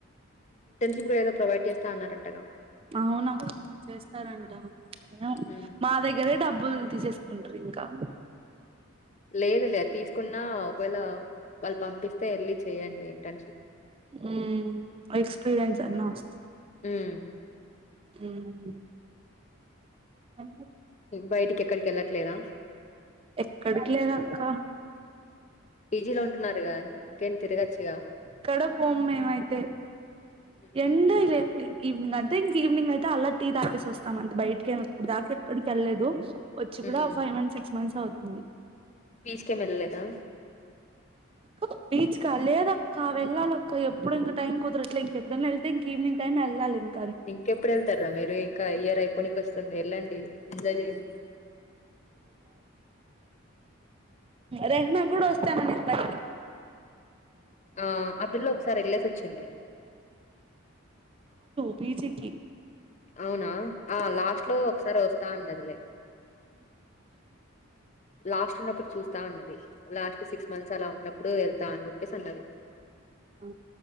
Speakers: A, on the left; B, on the right.
A: ఇప్పుడు ఏదో ప్రొవైడ్ చేస్తా అన్నారంటగా?
B: అవునక్క చేస్తారంట, ఏమో
A: ఉమ్.
B: మాదే గదా డబ్. డబ్బుల్ తీసేసుకుంటరింకా.
A: లేదు లే అది తీసుకున్నా, ఒకవేళ వాళ్ళు పంపిస్త్ అయితే ఎల్లి చెయ్యండి ఇంటర్న్షిప్.
B: హ్మ్మ్ ఎక్స్పీరియన్స్ అన్న వస్త
A: ఉమ్.
B: మ్మ్ అ
A: బయటికెక్కడికెళ్ళట్లేద
B: ఎక్కడికి లేదక్క
A: పీ జీ లో ఉంటున్నారుగా ఇంకేం తిరగచ్చుగా?
B: కడపు ఒమ్మయితే
A: మ్మ్
B: ఎండ ఇలే ఇవ అ అయితే ఇంక ఈవినింగ్ అయితే అలా టీ తాే వస్తాం అంత బయకి ఏమి ఇప్పుడు దాక ఎక్కడికి వెళ్ళలేదు వచ్చి
A: మ్మ్
B: కూడా ఫైవ్ మంత్ సిక్స్ మంత్స్ అవుతుంది
A: బీచ్ కె మెల్లలేదా?
B: ఆ బచ కాల త కా వెళ్ాలక్కప్పుడు ఇంకాై కుదరట్ ఇం ఎప్పుడైనా వెళ్తే ఇంక ఈవినింగ్ టైమ్ వెళ్ళాలింక
A: ఇంకెప్పుడెళ్తార్రా మీరు? ఇంకా ఇయర్ అయిపోనికి వస్ వస్తుంది, వెళ్ళండి, ఎంజాయ్ జేయండి.
B: రెహమా కూడా వస్తానని ప
A: ఆ ఆపిల్లోకసారెళ్ళేసోచ్చింది.
B: పి జి కి
A: అవునా ఆ లాస్ట్ లో ఒకసారొస్తా అన్నదిలే. లాస్ట్ ఉన్నప్పుడు చూస్తా అన్నది. లాస్ట్ సిక్స్ మంత్స్ అలా ఉన్నప్పుడు వెళ్తా అని చెప్పేసన్నది.
B: ఆ